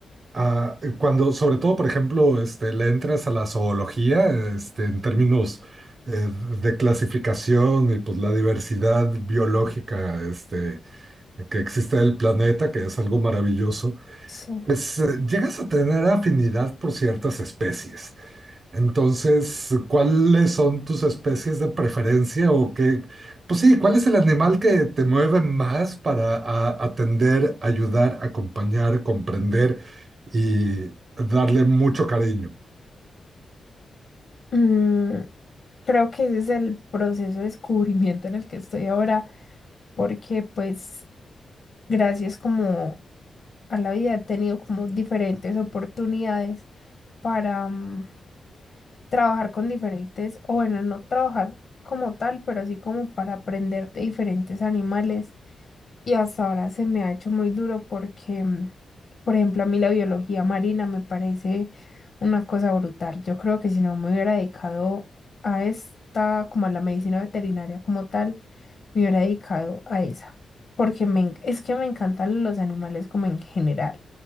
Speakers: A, on the right (about 55°); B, on the left (about 60°).
A: ah, cuando, sobre todo, por ejemplo, este, le entras a la zoología, este, en términos eh, de clasificación y pues la diversidad biológica este, que existe en el planeta, que es algo maravilloso,
B: sí.
A: pues eh, llegas a tener afinidad por ciertas especies. Entonces, ¿cuáles son tus especies de preferencia o qué? Pues sí, ¿cuál es el animal que te mueve más para a- atender, ayudar, acompañar, comprender y darle mucho cariño?
B: Mm, creo que ese es el proceso de descubrimiento en el que estoy ahora, porque pues gracias como a la vida he tenido como diferentes oportunidades para mm, trabajar con diferentes, o bueno, no trabajar como tal, pero sí como para aprender de diferentes animales Y hasta ahora se me ha hecho muy duro porque, mm, por ejemplo, a mí la biología marina me parece una cosa brutal. Yo creo que si no me hubiera dedicado a esta, como a la medicina veterinaria como tal, me hubiera dedicado a esa. Porque me, en- es que me encantan los animales como en general.